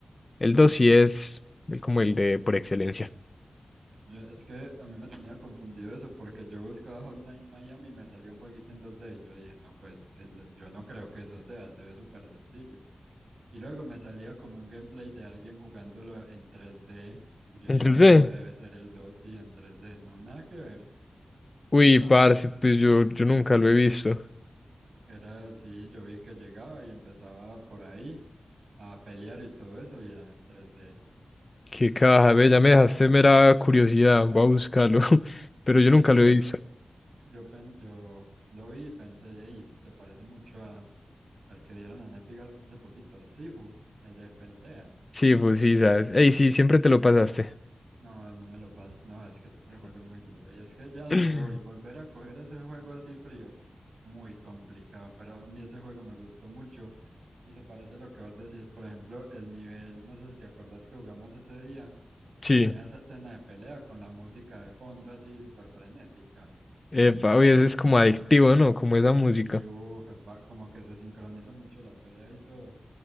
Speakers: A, on the left (about 35°); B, on the right (about 90°).
A: El 2 sí es el- como el de por excelencia.
B: Yo, es que a mí me tenía confundido eso, porque yo buscaba Hotline Miami y me salió un jueguito en dos d y yo dije, no, pues es- yo no creo que eso sea, se ve súper sencillo. Y luego me salía como un gameplay de alguien jugándolo en tres d y yo
A: Entonces,
B: dije, no, ese debe ser el 2 sí, en tres d no, nada que ver.
A: uy, parce, pues yo, yo nunca lo he visto.
B: Era así, yo vi que llegaba y empezaba por ahí a pelear y todo eso y era en tres d
A: Qué caja, ve, ya me dejaste mera curiosidad, voy a buscarlo. <laughs> Pero yo nunca
B: De
A: lo
B: hecho,
A: he visto.
B: yo, pen- yo lo vi y pensé, y se parece mucho El que dieron en Epic hace poquito, Sifu, el de pelea.
A: Sí, pues sí, sabes. Ey, sí, siempre te lo pasaste. <clears throat>
B: No, no me lo paso. No, es que ese juego es muy duro. Y es que ya donde
A: <laughs>
B: voy, volver a coger ese juego así frío, muy complicado. Pero a mí ese juego me gustó mucho. Y se parece a lo que vos decís, por ejemplo, el nivel, no sé si te acordás que jugamos ese día,
A: Sí,
B: tenía esa escena de pelea con la música de fondo así súper frenética.
A: epa, oye, eso es como adictivo, ¿no? Como esa música.
B: Y uff, como que se sincronizó mucho la pelea y todo.